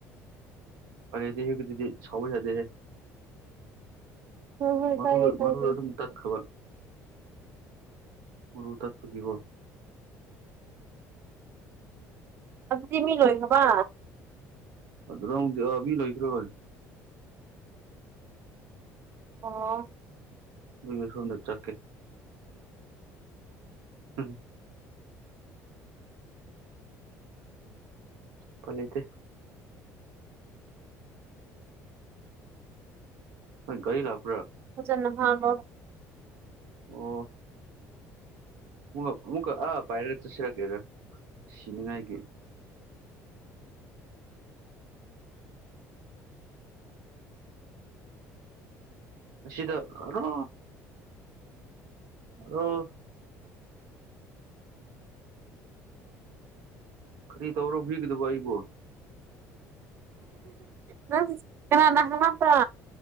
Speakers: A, on the right; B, on the right.
A: ꯗꯤ ꯍꯗꯤ ꯁꯖꯗꯦ ꯍꯦ
B: ꯍꯣꯏ ꯍꯣꯏ
A: ꯃꯔ
B: ꯀꯥꯏꯗꯦ ꯀꯥꯏꯗꯦ
A: ꯃꯔ ꯑꯗꯨꯝ ꯇ ꯈꯕ ꯃꯔ ꯇꯔ ꯊꯒꯕ
B: ꯑꯗꯨ ꯇ ꯃꯤ ꯂꯣꯏ ꯍꯕ
A: ꯑꯗꯨꯗꯤꯕꯤ ꯂꯣꯏꯈ꯭ꯔꯣꯖꯤ
B: ꯑꯣ
A: ꯃꯤ ꯁꯣꯅ ꯆꯠꯀꯦ ꯎꯝ ꯐꯅꯤꯠꯇ ꯣꯏ ꯔꯤ ꯂꯥꯛ
B: ꯍꯖꯅꯣ ꯍꯥꯕ
A: ꯑꯣ ꯃ ꯃꯒ ꯑ ꯄꯥꯏꯔ ꯆꯁꯤꯔ ꯀꯦꯔ ꯁꯤꯅꯤꯉꯥꯏꯒꯤ ꯁꯤꯗ ꯔꯣ ꯑꯣ ꯈ ꯇꯧꯔꯣ ꯤꯒꯗꯕ ꯏꯕꯨꯣ
B: ꯅꯪ ꯀꯅꯥꯥꯟ ꯅ ꯍꯕ꯭ꯔꯥ